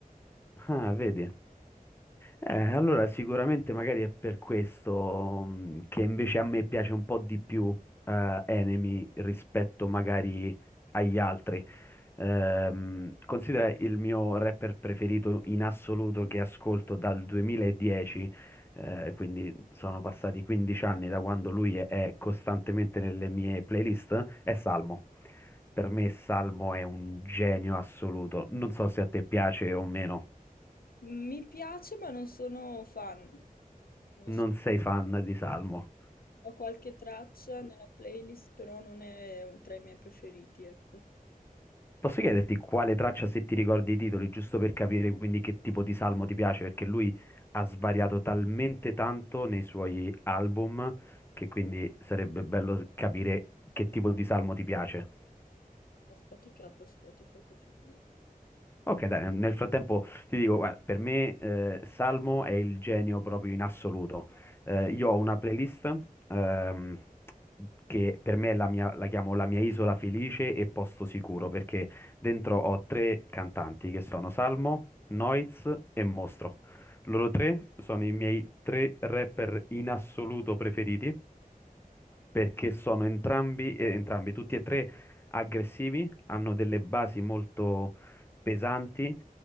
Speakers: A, on the left (about 15°); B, on the left (about 80°).
A: Ah, vedi. Eh, allora sicuramente magari è per questo mh, che invece a me piace un po' di più eh, Enemy rispetto magari agli altri. Ehm, considera il mio rapper preferito in assoluto che ascolto dal 2010, eh, quindi sono passati 15 anni da quando lui è, è costantemente nelle mie playlist, è Salmo. Per me Salmo è un genio assoluto. Non so se a te piace o meno.
B: Mi piace, ma non sono fan. Non
A: Non
B: so-
A: sei fan di Salmo.
B: Ho qualche traccia nella playlist, però non è tra i miei preferiti, ecco.
A: Posso chiederti quale traccia, se ti ricordi i titoli, giusto per capire quindi che tipo di salmo ti piace? Perché lui ha svariato talmente tanto nei suoi album che quindi sarebbe bello capire che tipo di salmo ti piace.
B: Aspetta che apro Spotify e faccio prima.
A: Ok, dai, nel nel frattempo ti dico, guarda, per me eh, Salmo è il genio proprio in assoluto. Eh, io ho una playlist ehm, che per me è la mia- la chiamo La mia isola felice e posto sicuro, perché dentro ho tre cantanti che sono Salmo, Noiz e Mostro. Loro tre sono i miei tre rapper in assoluto preferiti, perché sono entrambi, eh, entrambi, tutti e tre aggressivi, hanno delle basi molto pesanti